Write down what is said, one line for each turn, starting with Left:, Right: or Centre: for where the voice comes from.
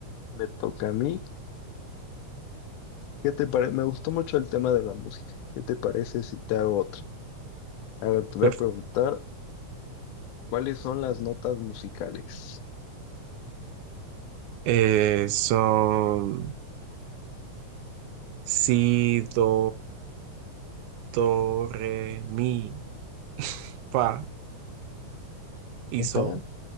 Left: me toca a mí. ¿Qué te parece? Me gustó mucho el tema de la música. ¿Qué te parece si te hago otra? A ver, te voy
Right: per-
Left: a preguntar cuáles son las notas musicales.
Right: eh, son Si, do, do, re, mi, fa y
Left: Ajá,
Right: sol